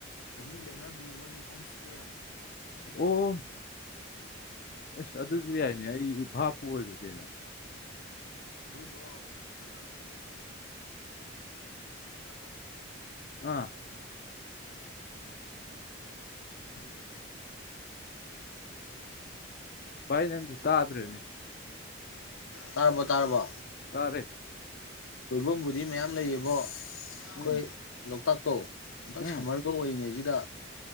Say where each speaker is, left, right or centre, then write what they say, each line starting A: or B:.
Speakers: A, on the left (about 80°); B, on the left (about 45°).
A: ꯑꯍꯤꯡ ꯂꯦꯡꯅ ꯃꯣꯏꯒꯤ ꯍꯣꯝ ꯏꯁꯇꯦ ꯍꯥꯏꯕ ꯀꯩꯅꯣ
B: ꯑꯣ ꯑꯁ ꯑꯗꯨꯁꯨ
A: ꯑꯗꯨꯗꯣ
B: ꯌꯥꯏꯅꯦ ꯑꯩ ꯚꯥꯞꯄꯨ ꯑꯣꯏꯔꯨꯗꯦꯅꯦ
A: ꯑꯗꯨꯗꯣ ꯑꯗꯨꯅ ꯐꯖ ꯇꯣ
B: ꯑꯥ
A: ꯑꯩꯕꯒꯤꯗꯤꯗꯤ ꯌꯥꯝ ꯂꯩꯣ
B: ꯏ ꯅꯪ ꯠꯇꯥ꯭ꯔꯦꯅꯦ
A: ꯇꯔꯔꯕꯣ ꯇꯥꯔꯔꯕꯣ
B: ꯇꯥꯔꯦ
A: ꯀꯣꯏꯐꯝꯕꯨꯗꯤ ꯃꯌꯥꯝ ꯂꯩꯌꯦꯕꯣ ꯑꯩꯈꯣꯏ
B: ꯎꯝ
A: ꯂꯣꯛꯇꯥꯛ ꯇꯣ ꯑꯝꯇꯪ
B: ꯎꯝ
A: ꯁꯝꯃꯔꯒ ꯑꯣꯏꯔꯤꯉꯩꯁꯤ ꯗ